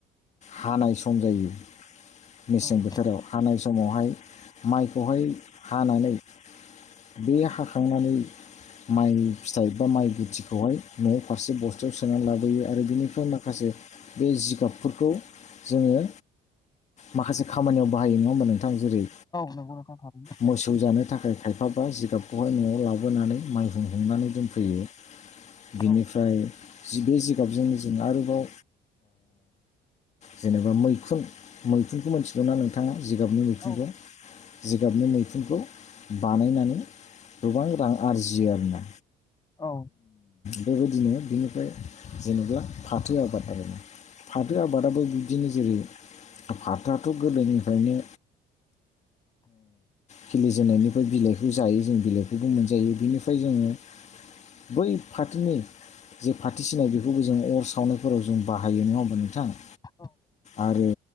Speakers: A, on the left; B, on the left.
A: हानाय सम जायो मेसें
B: औ
A: बोथोराव हानाय समावहाय माइखौहाय हानानै बे हाखांनानै माइ फिथाइ बा माइ गुथिखौहाय न'आव फारसे बस्थायाव सोनानै लाबोयो आरो बिनिफ्राय माखासे बे जिगाबफोरखौ जोङो माखासे खामानियाव बाहायो नङा होनबानो जेरै
B: नंगौ नोंथां थारैनो
A: मोसौ जानो थाखाय खायफाबा जिगाबखौहाय न'आव लाबोनानै माइहुं हमनानै दोनफैयो बिनिफ्राय
B: औ
A: बे जिगाबजों जों आरोबाव जेनेबा मैखुन मैखुनखौ मिथिगौ ना नोंथाङा जिगाबनि मैखुनखौ
B: औ
A: जिगाबनि मैखुनखौ बानायनानै गोबां रां आरजियो आरोना
B: औ
A: बेबायदिनो बिनिफ्राय जेनेबा फाथो आबाद आरो फाथो आबादाबो बिबदिनो जेरै आफाथआथ' गोदोनिफ्रायनो खिलिजेननायनि बिलाइखौ जायो जों बिलाइखौबो मोनजायो बिनिफ्राय जोङो बै पाटिनि जे फथि सिनाय बेफोरखौबो जों अर सावनायफोराव जों बाहायो नङा होमबा नोंथाङा
B: औ
A: आरो